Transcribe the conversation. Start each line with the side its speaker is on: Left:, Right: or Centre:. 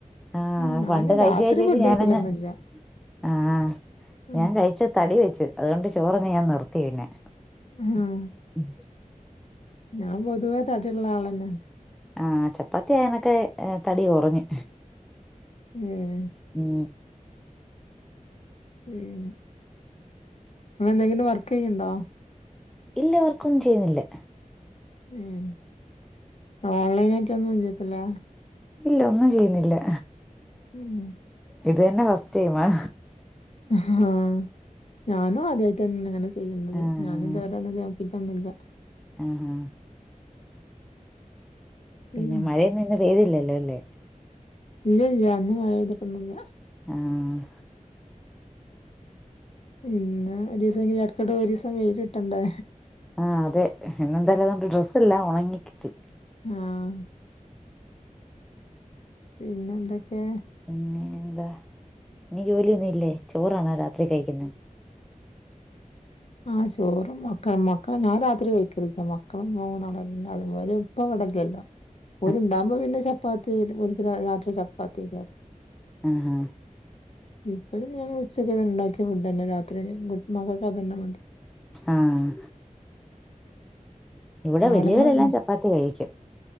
Centre: ആ
Left: ഉം, ഞാന്
Centre: പണ്ട് കഴിച്ച്
Left: രാത്രി
Centre: കഴിച്ച് കഴിച്ച്
Left: ഫുഡ്
Centre: ഞാനങ്ങ്
Left: കഴിക്കലൊന്നുമില്ല
Centre: ആ
Left: ഉം
Centre: ഞാൻ കഴിച്ച തടി വെച്ചു അതുകൊണ്ട് ചോറങ്ങ് ഞാൻ നിർത്തി പിന്നെ
Left: ഉം
Centre: ഉം
Left: ഞാൻ പൊതുവേ തടിള്ള ആളെന്നെ
Centre: ആ ചപ്പാത്തിയായന്നൊക്കെ തടി കൊറഞ്
Left: ഏ
Centre: ഉം
Left: ഉം ങ്ങള് ന്തെങ്കിലും വർക്ക് ചെയ്യണ്ടോ?
Centre: ഇല്ല വർക്കൊന്നും ചെയ്യുന്നില്ല.
Left: ഉം ഓൺലൈൻ ആയിട്ട് ഒന്നും ഇല്ലേക്കുലേ
Centre: ഇല്ല ഒന്നും ചെയ്യുന്നില്ല.
Left: ഉം.
Centre: ഇത് തന്നെ ഫസ്റ്റ് ടൈമാ.
Left: ആഹ് ഞാനും ആദ്യയിട്ട് തന്നെണ് ഇങ്ങനെ ചെയ്യ്ന്നത്
Centre: ആഹ്
Left: ഞാനും ഇതു വരേ ഒന്നും ചെയാ ഇതൊന്നുല്ല
Centre: ആഹ് അഹ് പിന്നെ
Left: ഉം.
Centre: മഴയൊന്നും ഇന്ന് പെയ്തില്ലല്ലോല്ലേ.
Left: ഇല്ല ഇല്ല ഇന്ന് മഴ പെയ്തിട്ട് ഒന്നുല്ല.
Centre: ആഹ്
Left: പിന്നെ ഒരു ദിവസം ഇടയ്ക്കിടെ ഒരു ദിവസം വെയിൽ കിട്ടണ്ടേ.
Centre: ആഹ് അതെ എന്നന്നെന്തായാലും അതുകൊണ്ട് ഡ്രസ്സ് എല്ലാംഉണങ്ങി കിട്ടി.
Left: ആഹ് പിന്നെ എന്തൊക്കെ-
Centre: പിന്നെ എന്താ ഇനി ജോലിയൊന്നും ഇല്ലേ ചോറാണോ രാത്രി കഴിക്കുന്ന
Left: ആഹ് ചോറും മക്ക മക്ക ഞാൻ രാത്രി കഴിക്കലില്ല മക്കളും മൂന്നാളും ന്നെ വല് ഇപ്പ ഇവടെല്ല്യല്ലോ.
Centre: <inaudible>
Left: ഓര് ഉണ്ടാകുമ്പോ പിന്നെ ചപ്പാത്തി ഓർക്ക് രാത്രി ചപ്പാത്തി കറി
Centre: ആഹ് ആഹ്
Left: ഇപ്പഴും ഞാൻ ഉച്ചക്ക് ണ്ടാക്കിയ ഫുഡ്ന്നെ രാത്രി ഗുഡ് മക്കൾക്ക് അതന്നെ മതി.
Centre: ആഹ് ഇവിടെ വല്യവരെല്ലാം
Left: ആണുങ്ങൾ ഉം
Centre: ചപ്പാത്തി കഴിക്കും.